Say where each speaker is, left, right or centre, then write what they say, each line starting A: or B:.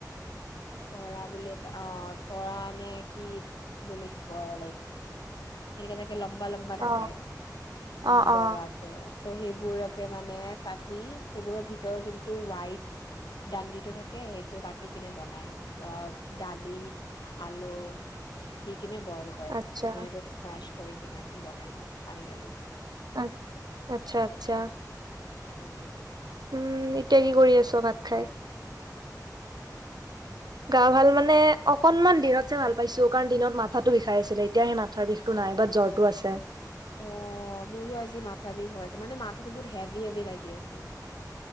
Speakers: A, on the left (about 80°); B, on the right (about 70°).
A: তৰা বুলি এটা অ তৰা নে কি? বুলি কয় লাইক। তেনেকে লম্বা লম্বা থাকে।
B: অ
A: উম
B: অ অ
A: বগা কে। চ' সেইবোৰকে মানে কাটি সেইবোৰৰ ভিতৰৰ যোনটো হৱাইট দানডিটো থাকে, সেইটো কাটি কিনে বনাই অ দালি, আলু দি কিনে বইল কৰে।
B: আচ্ছা
A: চ কৰি কিনে বনাই, পানী ঢালি।
B: আ আচ্ছা আচ্ছা।
A: উম।
B: উম এতিয়া কি কৰি আছ ভাত খাই?
A: ন <inaudible>
B: গা ভাল মানে অকনমান দিনতে ভাল পাইছো, কাৰণ দিনত মা থাতো বিষাই আছিলে এতিয়া সে মাথাৰ বিষ টো নাই। বাট জ্বৰটো আছে।
A: অ মোৰো আজি মাথা বিষ হৈ আছে। মানে মাথাটো বহুত হেভি হেভি লাগি আছে।